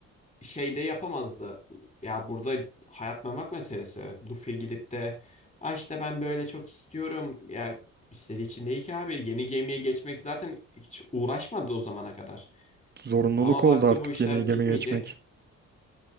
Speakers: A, on the left (about 25°); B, on the right (about 35°).
A: şeyde yapamazdı. Ya burada hayat memak meselesi. Luffy gidip de Ay işte ben böyle çok istiyorum. Ya istediği için değil ki abi. Yeni gemiye geçmek zaten hiç uğraşmadı o zamana kadar.
B: Zorunluluk
A: Ama
B: oldu
A: baktı
B: artık
A: bu işler
B: yeni
A: gitmeyecek.
B: gemiye geçmek.